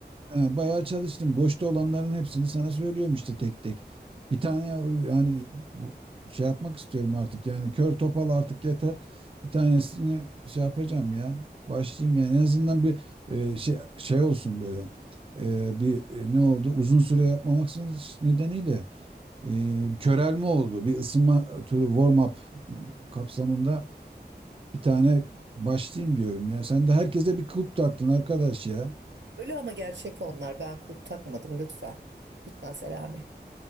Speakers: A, on the right; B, on the right.
A: Ha, bayağı çalıştım. Boşta olanların hepsini sana söylüyorum işte tek tek. Bir tane ya- yani bu- şey yapmak istiyorum artık. Yani kör topal artık yeter. Bir tanesini şey yapacağım ya. Başlayayım yani en azından bir e, şey şey olsun böyle. E, bir e, ne oldu? Uzun süre yapmamak nedeniyle e, bir körelme oldu. Bir ısınma turu warm up kapsamında bir tane başlayayım diyorum ya. Sen de herkese bir kulp taktın arkadaş ya.
B: Öyle ama gerçek onlar. Ben kulp takmadım lütfen. Lütfen Selami.